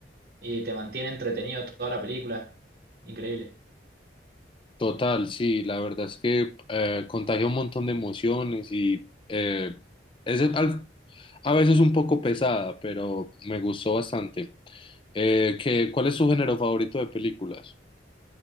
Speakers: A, on the right; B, on the left.
A: y te mantiene entretenido toda la película. Increíble.
B: Total, sí, la verdad es que eh, contagia un montón de emociones y eh, es al- a veces un poco pesada, pero me gustó bastante. Eh, ¿qué- cuál es tu género favorito de películas?